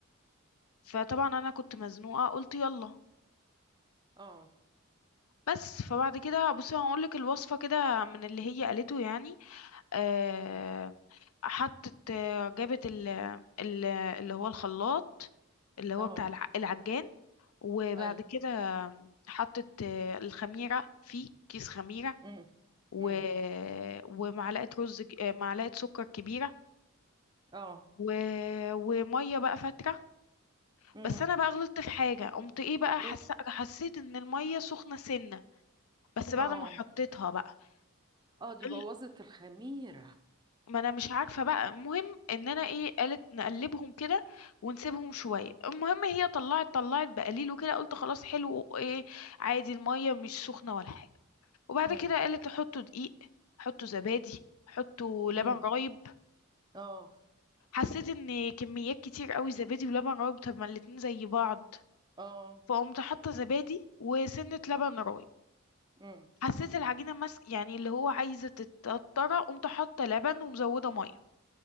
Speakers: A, on the left (about 80°); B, on the right (about 20°).
A: فطبعا انا كنت مزنوقه قلت يلا
B: اه
A: بس فبعد كده بصي هقول لك الوصفه كده من اللي هي قالته يعني آه،
B: مم.
A: حطت آه، جابت ال ال اللي هو الخلاط اللي هو
B: اه
A: بتاع الع- العجان وبعد
B: اي
A: كده حطت آه، الخميره فيه كيس خميره
B: امم
A: و...
B: امم
A: ومعلقة رز ج- آه، معلقة سكر كبيرة
B: اه
A: و... ومية بقى فترة
B: امم
A: بس انا بقى غلطت في حاجة قمت ايه بقى
B: ايه
A: حس... حسيت ان المية سخنة سنة بس بعد
B: اه
A: ما حطيتها بقى
B: اه دي
A: ال-
B: بوظت الخميرة
A: ما انا مش عارفة بقى المهم ان انا ايه قالت نقلبهم كده ونسيبهم شوية المهم هي طلعت طلعت بقليل وكده قلت خلاص حلو ايه عادي المية مش سخنة ولا حاجة وبعد
B: امم
A: كده قالت حطوا دقيق حطوا زبادي حطوا لبن
B: امم
A: رايب
B: اه
A: حسيت ان كميات كتير قوي زبادي ولبن رايب طب ما الاتنين زي بعض
B: اه
A: فقمت حاطه زبادي وسنه لبن رايب
B: امم
A: حسيت العجينه ماسك يعني اللي هو عايزه تتقطر قمت حاطه لبن ومزوده ميه